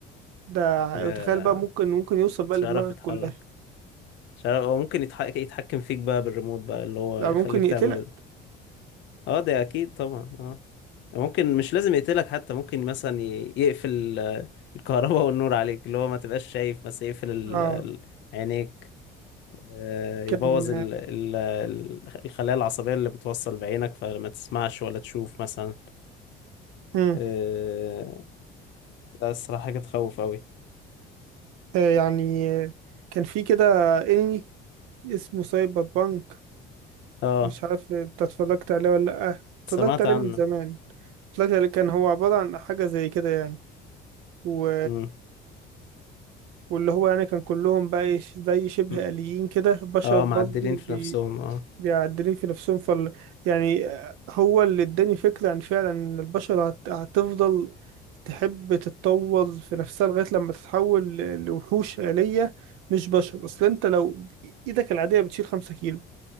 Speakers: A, on the right; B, on the left.
A: ده
B: يا
A: تخيل بقى ممكن ممكن يوصل بقى
B: مش
A: لدماغك
B: عارف يتحرك
A: كلها
B: مش عارف هو ممكن يتحك... يتحكم فيك بقى بالريموت بقى اللي هو
A: لا
B: يخليك
A: ممكن يقتلك
B: تعمل اه ده اكيد طبعا اه ممكن مش لازم يقتلك حتى ممكن مثلا ي- يقفل آه، الكهرباء والنور عليك اللي هو ما تبقاش شايف بس يقفل ال-
A: اه
B: ال- عينيك آه، يبوظ
A: كان
B: ال- ال- ال- الخلايا العصبية اللي بتوصل بعينك فما تسمعش ولا تشوف مثلا
A: مم.
B: آه، ده الصراحة حاجة تخوف أوي
A: آه، يعني آه، كان في كده انمي اسمه سايبر بانك
B: اه
A: مش عارف انت اتفرجت عليه ولا لأ
B: سمعت
A: اتفرجت عليه
B: عنه
A: من زمان اتفرجت عليه كان هو عبارة عن حاجة زي كده يعني و...
B: مم.
A: واللي هو يعني كان كلهم بقى إيه، زي شبه
B: مم.
A: آليين كده بشر
B: اه
A: برضه
B: معدلين في نفسهم اه
A: بيعدلين في نفسهم فال يعني هو اللي اداني فكرة عن فعلا ان البشر هت... هتفضل تحب تتطور في نفسها لغاية لما تتحول ل- لوحوش آلية مش بشر اصل انت لو ايدك العادية بتشيل خمسة كيلو